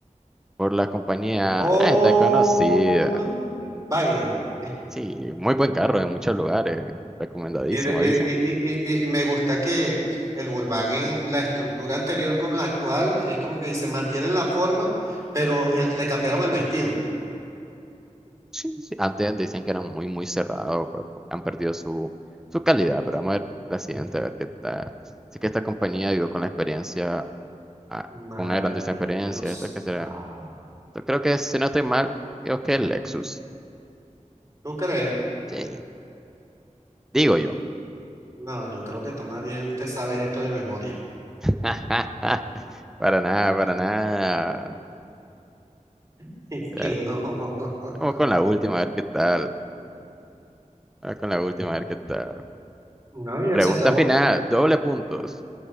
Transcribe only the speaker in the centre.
por la compañía.
Ah, está conocida. Sí, muy buen carro en muchos lugares. Recomendadísimo,
dicen.
Sí, sí, Antes decían que eran muy, muy cerrados, pues, han perdido su, su calidad, pero vamos a ver la siguiente, a ver qué tal. Sé que esta compañía ayudó con la experiencia, a-
con una grandísima experiencia, esto que será.
Yo creo que, si no estoy mal, creo que es Lexus.
Sí, digo yo.
<laughs> Para nada, para nada.
Ya,
Vamos con la última, a ver qué tal. Vamos con la última, a ver qué tal.
Pregunta
final, doble puntos.